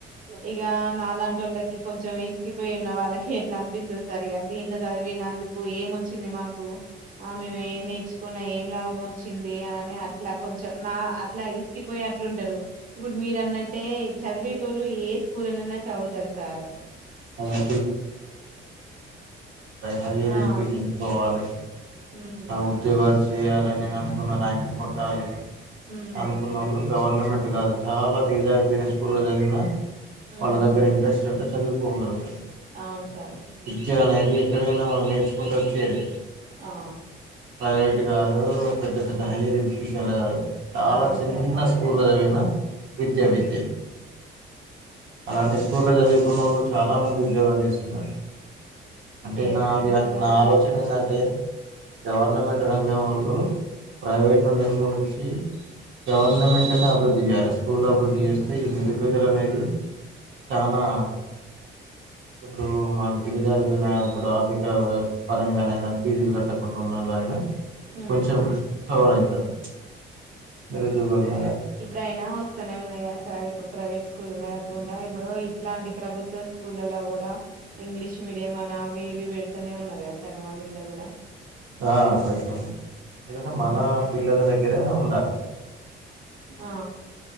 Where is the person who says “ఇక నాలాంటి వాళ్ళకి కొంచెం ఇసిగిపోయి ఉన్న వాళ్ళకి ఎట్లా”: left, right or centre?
Right